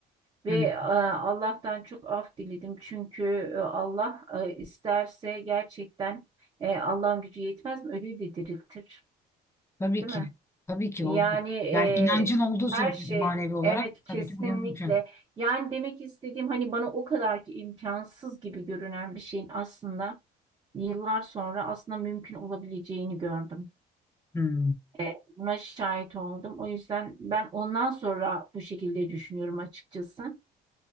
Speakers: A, on the right; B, on the left.
A: Ve
B: hı hı.
A: e, Allah'tan çok af diledim çünkü e, Allah e, isterse gerçekten e, Allah'ın gücü yetmez mi? Ölüyü de diriltir,
B: Tabii
A: değil
B: ki.
A: mi?
B: Tabii ki
A: Yani
B: o.
A: e,
B: Yani inancın olduğu sürece
A: her şey,
B: manevi olarak
A: evet
B: tabii
A: kesinlikle.
B: ki bugün mümkün.
A: Yani demek istediğim hani bana o kadar ki imkansız gibi görünen bir şeyin aslında yıllar sonra aslında mümkün olabileceğini gördüm.
B: Hı.
A: E, buna şahit oldum. O yüzden ben ondan sonra bu şekilde düşünüyorum açıkçası.